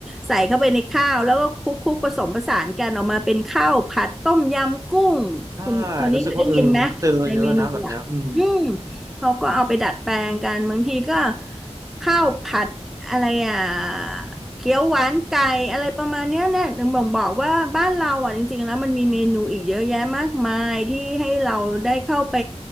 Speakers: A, in the centre; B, on the right.
A: ใส่เข้าไปในข้าวแล้วก็คลุกคลุกผสมผสานกันออกมาเป็นข้าวผัดต้มยำกุ้งคุณโทนี้เคยได้ยินไหมในเมนูอ่ะอืม
B: ใช่รู้สึกว่าเออเจอเยอะนะแบบเนี้ยอืม
A: เขาก็เอาไปดัดแปลงกันบางทีก็ข้าวผัดอะไรอ่ะ เกี๊ยวหวานไก่อะไรประมาณเนี้ยเนี่ยถึงบอกบอกว่าบ้านเราอ่ะจริงๆแล้วมันมีเมนูอีกเยอะแยะมากมายที่ให้เราได้เข้าไป